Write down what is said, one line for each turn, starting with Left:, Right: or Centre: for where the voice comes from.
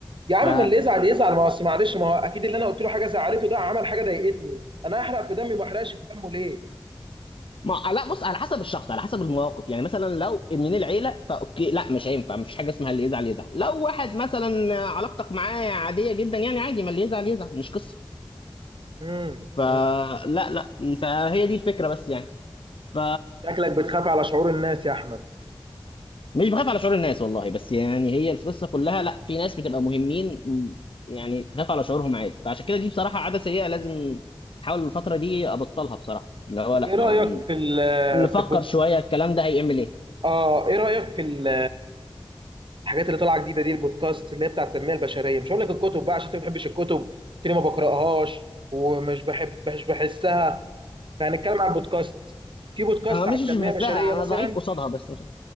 Right: يا عم
Left: ف
Right: من اللي يزعل يزعل ما هو أصل معلش ما هو اكيد اللي انا قلت له حاجه زعلته ده عمل حاجه ضايقتني انا احرق في دمي ما احرقش في دمه ليه
Left: ما آه، لا بص على حسب الشخص على حسب المواقف يعني مثلا لو من العيله فاوكي لا مش هينفع مفيش حاجه اسمها اللي يزعل يزعل لو واحد مثلا علاقتك معاه عاديه جدا يعني عادي ما اللي يزعل يزعل مش قصه
Right: امم
Left: فلا لا لا، فهي دي الفكره بس يعني ف
Right: شكلك بتخاف على شعور الناس يا احمد
Left: مش بخاف على شعور الناس والله بس يعني هي القصه كلها لا في ناس بتبقى مهمين م- يعني تخاف على شعورهم عادي فعشان كده دي بصراحه عاده سيئه لازم احاول الفتره دي ابطلها بصراحه اللي هو لا
Right: ايه
Left: ما
Right: رايك في ال-
Left: نفكر
Right: في البودكاست
Left: شويه الكلام ده هيعمل ايه
Right: اه ايه رايك في ال- الحاجات اللي طالعه جديده دي البودكاست اللي هي بتاع التنميه البشريه مش هقول لك الكتب بقى عشان انت ما بتحبش الكتب قلت لي ما بقراهاش ومش بحب مش بحسها فهنتكلم عن البودكاست في بودكاست
Left: انا مش
Right: عن التنميه
Left: مش بحسها
Right: البشريه مثلا
Left: انا ضعيف قصادها بس مش